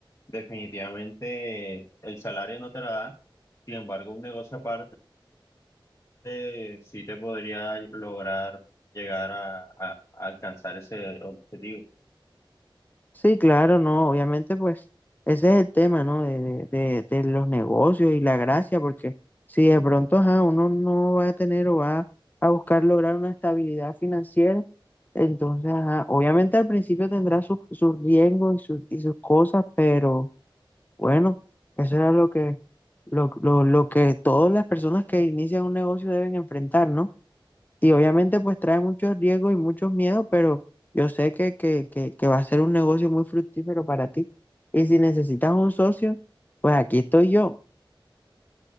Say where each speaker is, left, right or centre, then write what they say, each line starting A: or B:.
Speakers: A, on the left; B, on the left.
A: definitivamente el salario no te la da, sin embargo, un negocio aparte eh, sí te podría lograr llegar a, a- a alcanzar ese objetivo.
B: Sí, claro, no, obviamente pues ese es el tema, ¿no? De, de, de- de los negocios y la gracia, porque si de pronto, ajá, uno no va a tener o va a buscar lograr una estabilidad financiera, entonces, ajá, obviamente al principio tendrá sus, sus riesgos y sus, y sus cosas, pero bueno, eso era lo que, lo, lo, lo que todas las personas que inician un negocio deben enfrentar, ¿no? Y obviamente pues trae muchos riesgos y muchos miedos, pero yo sé que, que, que, que va a ser un negocio muy fructífero para ti. Y si necesitas un socio, pues aquí estoy yo.